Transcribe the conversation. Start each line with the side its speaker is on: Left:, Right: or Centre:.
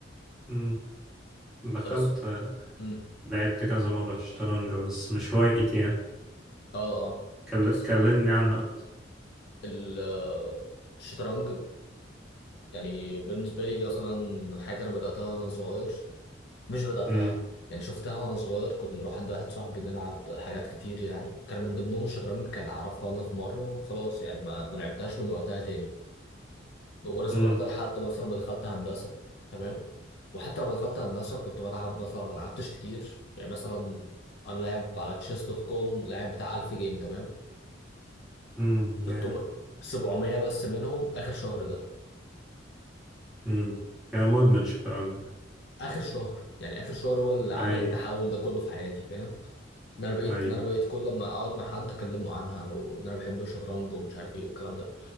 Centre: امم دخلت
Left: بس مم.
Centre: لعبت كذا مرة شطرنج بس مش هوايتي يعني
Left: اه اه
Centre: كل-
Left: بس
Centre: كلمني عنها اكتر
Left: ال- آه، الشطرنج يعني بالنسبه لي مثلا حاجه انا بداتها وانا صغير مش بدأتها
Centre: امم
Left: يعني شفتها وأنا صغير كنت بروح عند واحد صاحبي نلعب حاجات كتير يعني كان من ضمنهم الشطرنج كان عرفها لنا في مرة وخلاص يعني ما ما لعبتهاش من وقتها تاني وأنا صغير
Centre: امم
Left: ده لحد مثلا ما دخلت هندسة تمام وحتى لما دخلت هندسة كنت بلعب مثلا ما لعبتش كتير يعني مثلا أنا لاعب على تشيس دوت كوم لاعب بتاع 1000 جيم تمام
Centre: امم يا
Left: 600 700 بس منهم آخر شهر ده
Centre: امم يا مدمن شطرنج
Left: آخر شهر يعني آخر شهر هو اللي عمل
Centre: اي
Left: التحول ده كله في حياتي فاهم ده انا بقيت
Centre: اي
Left: ده انا بقيت كل ما اقعد مع حد اكلمه عنها وان انا بحب الشطرنج ومش عارف ايه والكلام ده